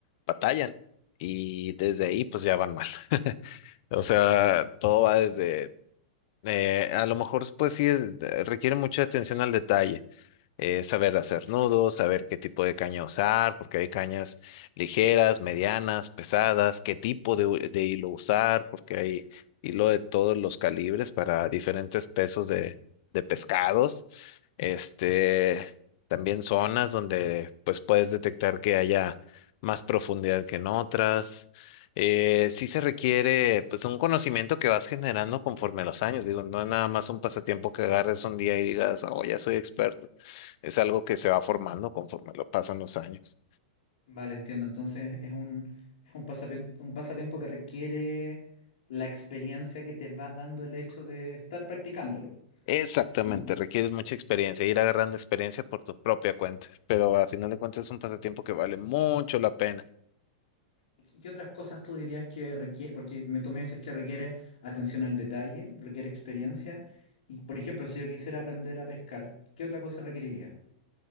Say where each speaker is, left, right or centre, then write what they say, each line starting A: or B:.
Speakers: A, on the left; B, on the left.
A: batallan y desde ahí pues ya van mal. <laughs> O sea, todo va desde, eh, a lo mejor pues sí es- requiere mucha atención al detalle eh, saber hacer nudos, saber qué tipo de caña usar, porque hay cañas ligeras, medianas, pesadas, qué tipo de, u- de hilo usar, porque hay hilo de todos los calibres para diferentes pesos de, de pescados. Este, también zonas donde pues puedes detectar que haya más profundidad que en otras. Eh, sí se requiere pues un conocimiento que vas generando conforme a los años. Digo, no es nada más un pasatiempo que agarres un día y digas, oh, ya soy experto. Es algo que se va formando conforme lo pasan los años.
B: Vale, entiendo. Entonces es un, es un pasapien- un pasatiempo que requiere la experiencia que te va dando el hecho de estar practicándolo.
A: Exactamente,
B: ¿no?
A: requieres mucha experiencia, ir agarrando experiencia por tu propia cuenta, pero a final de cuentas es un pasatiempo que vale mucho la pena.
B: ¿Y qué otras cosas tú dirías que requiere? Porque me, tú me dices que requiere atención al detalle, requiere experiencia. Y, por ejemplo, si yo quisiera aprender a pescar, ¿qué otra cosa requeriría?